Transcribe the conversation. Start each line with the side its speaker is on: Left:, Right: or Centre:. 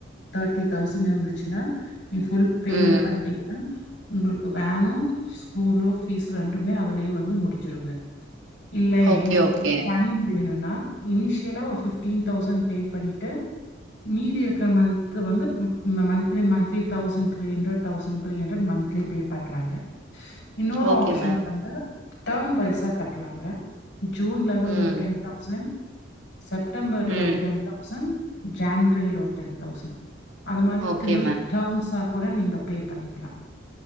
Left: தேர்ட்டி தௌசண்ட் இருந்துச்சுன்னா நீ ஃபுல் பேமெண்ட்
Right: ம்.
Left: பண்ணிட்டீங்கனா உங்களுக்கு வேனும் ஸ்கூலு ஃபீஸ் ரெண்டுமே அதுலயே வந்து முடிஞ்சுருங்க இல்லை
Right: ஓகே,
Left: எங்களுக்கு
Right: ஓகே.
Left: வந்து டயின் வேணுன்னா இனிஷியலா ஒரு பிஃப்டீன் தௌசண்ட் பே பண்ணிட்டு மீதி இருக்குற மந்த் வந்து மந் monthly thousand three hundred thousand three hundred monthly pay பண்லாங்க இன்னொரு
Right: ஓகே
Left: ஆப்ஷன்
Right: மேம்.
Left: வந்து டர்ம் வைஸா கட்டலாங்க ஜூன்ல வந்து
Right: ம்.
Left: ஒரு டென்த் தௌசண்ட் செப்டம்பர்ல
Right: ம்.
Left: ஒரு டென் தௌசண்ட் ஜன்வரியில ஒரு டென் தௌசண்ட் அது மாதிரி
Right: ஓகே
Left: த்ரீ
Right: மேம்.
Left: தௌசனா கூட நீங்க பே பண்ணிக்கலாம்